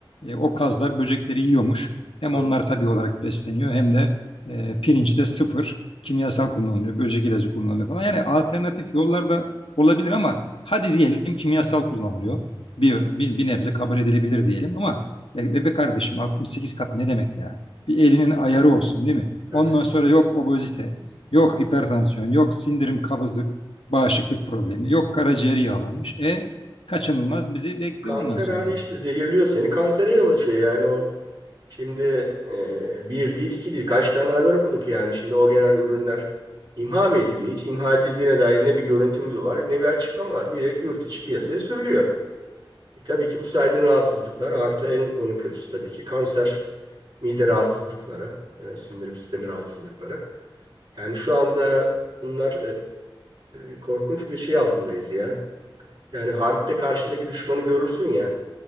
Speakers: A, on the left; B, on the right.
A: E, o kazlar böcekleri yiyormuş. Hem
B: Hı
A: onlar
B: hı.
A: tabii olarak besleniyor hem de e, pirinçte sıfır kimyasal kullanılıyor. Böcek ilacı kullanılıyor falan. Yani alternatif yollar da olabilir ama Hadi diyelim kimyasal kullanılıyor. Bir, bir, bir nebze kabul edilebilir diyelim ama e, bebe kardeşim 68 kat ne demek ya? Bir elinin ayarı olsun değil mi?
B: Tabii.
A: Ondan sonra yok obezite, yok hipertansiyon, yok sindirim kabızlık, bağışıklık problemi, yok karaciğeri yağlanmış. E kaçınılmaz bizi bekliyor
B: Kanser
A: ondan sonra
B: abi
A: yani.
B: işte zehirliyor seni. Kansere yol açıyor yani o. Şimdi e, bir değil iki değil. Kaç tane haber okuduk yani. Şimdi o gelen ürünler imha mı ediliyor? Hiç imha edildiğine dair ne bir görüntü var ne bir açıklama var. Direkt yurt içi piyasaya sürülüyor. E, tabii ki bu saydığın rahatsızlıklar artı en bunun kötüsü tabii ki kanser, mide rahatsızlıkları, e, sindirim sistemi rahatsızlıkları. Yani şu anda bunlar e, korkunç bir şey altındayız ya. Yani harpte karşındaki düşmanı görürsün ya